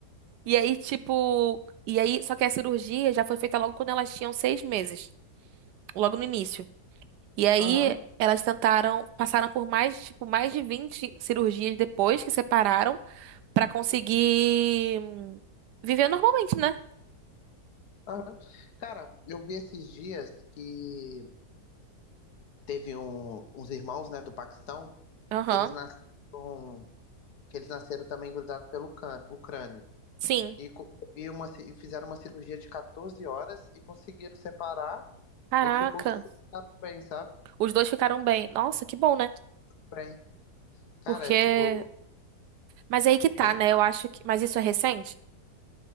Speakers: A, on the right; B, on the left.
A: E aí, tipo, e aí, só que a cirurgia já foi feita logo quando elas tinham seis meses, logo no início. E aí,
B: Aham.
A: elas tentaram, passaram por mais, tipo, mais de 20 cirurgias depois que separaram. Pra conseguir hum, viver normalmente, né?
B: Aham. Cara, eu vi esses dias que teve um- uns irmãos, né, do Paquistão,
A: Aham.
B: que eles nasceram, que eles nasceram também grudados pelo cân- o crânio.
A: Sim.
B: E, co- e, uma, ci- e fizeram uma cirurgia de 14 horas e conseguiram separar.
A: Caraca.
B: E, tipo, os dois ficaram bem, sabe?
A: Os dois ficaram bem. Nossa, que bom, né?
B: Bem. Cara,
A: Porque.
B: é, tipo,
A: Mas aí que tá,
B: bem.
A: né? Eu acho que. Mas isso é recente?